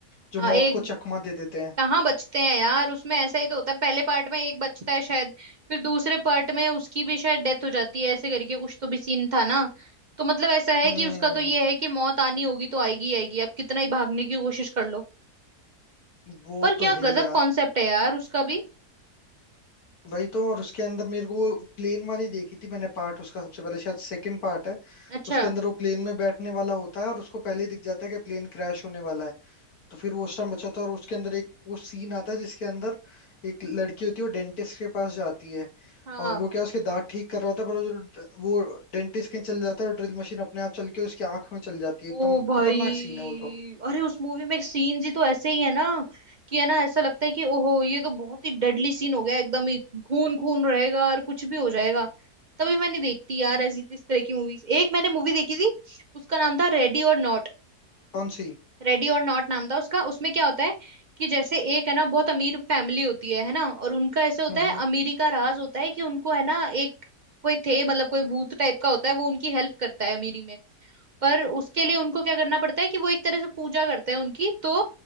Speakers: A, on the left; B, on the right.
A: जो
B: हाँ
A: मौत
B: एक
A: को चकमा दे देते हैं
B: कहाँ बचते हैं यार उसमें ऐसा ही तो होता है पहले पार्ट में एक बचता है शायद फिर दूसरे पार्ट में उसकी भी शायद डेथ हो जाती है ऐसे करके कुछ तो भी सीन था ना तो मतलब ऐसा है
A: हम्म
B: कि उसका तो ये है कि मौत आनी होगी तो आएगी ही आएगी अब कितना ही भागने की कोशिश कर लो
A: वो
B: पर
A: तो
B: क्या
A: है ही
B: गजब
A: यार
B: कॉन्सेप्ट है यार उसका भी
A: वही तो और उसके अंदर मेरे को प्लेन वाली देखी थी मैंने पार्ट उसका सबसे पहले शायद सेकंड पार्ट है
B: अच्छा
A: उसके अंदर वो प्लेन में बैठने वाला होता है और उसको पहले ही दिख जाता है कि प्लेन क्रैश होने वाला है तो फिर वो उस टाइम बचाता है और उसके अंदर एक वो सीन आता है जिसके अंदर एक लड़की होती है वो डेंटिस्ट के पास जाती है
B: हाँ
A: और वो क्या उसके दांत ठीक कर रहा होता है पर वो जो वो डेंटिस्ट के चल जाता है और ड्रिल मशीन अपने आप चल के उसकी आंख में चल जाती है
B: ओ
A: एकदम
B: भाई
A: खतरनाक सीन है वो तो
B: अरे उस मूवी में सीन्स ही तो ऐसे ही है ना कि है ना ऐसा लगता है कि ओहो ये तो बहुत ही डेडली सीन हो गया एकदम ही खून खून रहेगा और कुछ भी हो जाएगा तभी मैं नहीं देखती यार ऐसी इस तरह की मूवीज एक मैंने मूवी देखी थी उसका नाम था ready or not
A: कौन सी
B: Ready or not नाम था उसका उसमें क्या होता है कि जैसे एक है ना बहुत अमीर फैमिली होती है है ना और उनका ऐसे होता
A: हम्म हम्म
B: है अमीरी का राज होता है कि उनको है ना एक कोई थे मतलब कोई भूत टाइप का होता है वो उनकी हेल्प करता है अमीरी में पर उसके लिए उनको क्या करना पड़ता है कि वो एक तरह से पूजा करते हैं उनकी तो